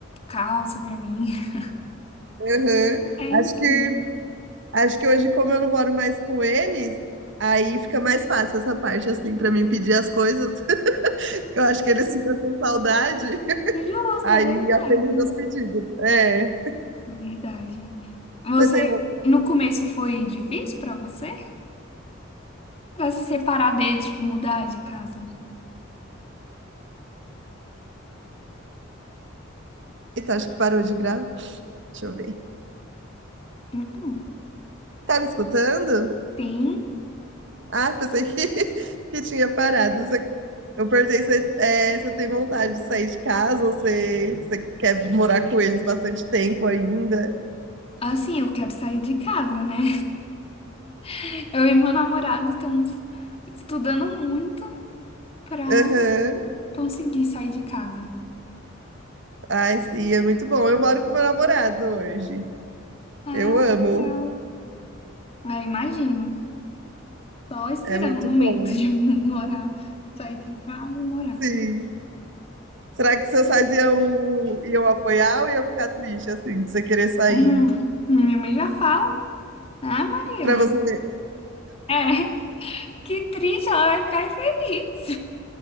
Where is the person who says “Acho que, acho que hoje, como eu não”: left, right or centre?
Right